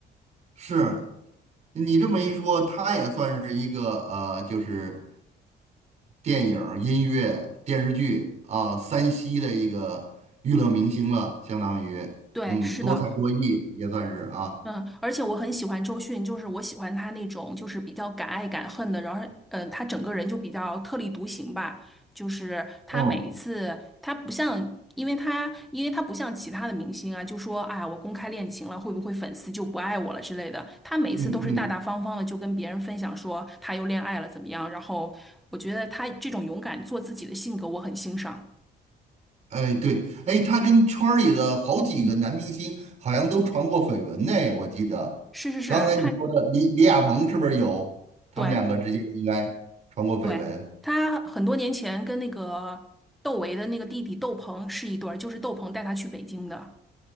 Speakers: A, on the right (about 40°); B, in the centre.
A: 是你这么一说，他也算是一个呃，就是电影儿音乐、电视剧啊，三栖的一个娱乐明星了，相当于，
B: 对，
A: 嗯，
B: 是的，
A: 多才多艺也算是啊，
B: 嗯，而且我很喜欢周迅，就是我喜欢她那种就是比较敢爱敢恨的，然后嗯，她整个人就比较特立独行吧。就是她每一次，
A: 哦，
B: 她不像，因为她因为她不像其他的明星啊，就说啊我公开恋情了，会不会粉丝就不爱我了之类的。她每一次都是大大方方的，
A: 嗯嗯。
B: 就跟别人分享说她又恋爱了怎么样。然后我觉得她这种勇敢做自己的性格，我很欣赏。
A: 哎，对，哎，他跟圈儿里的好几个男明星好像都传过绯闻呢，我记得。
B: 是是是，
A: 刚才你说的李李亚鹏是不是有？
B: 她
A: 他们两个之间应该传过绯闻。
B: 对。对，他很多年前跟那个窦唯的那个弟弟窦鹏是一对儿，就是窦鹏带他去北京的。